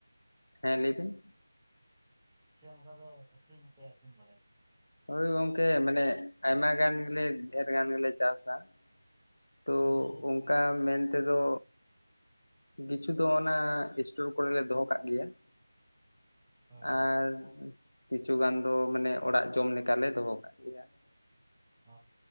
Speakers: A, on the left; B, in the centre.
A: ᱦᱮᱸ ᱞᱟᱹᱭ ᱵᱮᱱ ᱾
B: ᱥᱮ ᱚᱱᱠᱟ ᱫᱚ ᱟᱹᱠᱷᱨᱤᱧ ᱦᱚᱸ ᱯᱮ ᱟᱹᱠᱷᱨᱤᱧ ᱵᱟᱲᱟᱭ ᱜᱮ?
A: ᱦᱳᱭ ᱜᱚᱝᱠᱮ ᱢᱟᱱᱮ ᱟᱭᱢᱟ ᱜᱟᱱ ᱜᱮᱞᱮ ᱰᱷᱮᱨ ᱜᱟᱱ ᱜᱮᱞᱮ ᱪᱟᱥᱟ ᱾ ᱛᱳ
B: ᱦᱮᱸ ᱦᱮᱸ
A: ᱚᱱᱠᱟ ᱢᱮᱱ ᱛᱮᱫᱚ ᱠᱤᱪᱷᱩ ᱫᱚ ᱚᱱᱟ ᱮᱥᱴᱳᱨ ᱠᱚᱨᱮ ᱞᱮ ᱫᱚᱦᱚ ᱠᱟᱜ ᱜᱮᱭᱟ ᱾
B: ᱦᱳᱭ
A: ᱟᱨ
B: ᱦᱳᱭ
A: ᱠᱤᱪᱷᱩ ᱜᱟᱱ ᱫᱚ ᱢᱟᱱᱮ ᱚᱲᱟᱜ ᱡᱚᱢ ᱞᱮᱠᱟᱞᱮ ᱫᱚᱦᱚ ᱠᱟᱜ ᱜᱮᱭᱟ ᱾
B: ᱚᱻ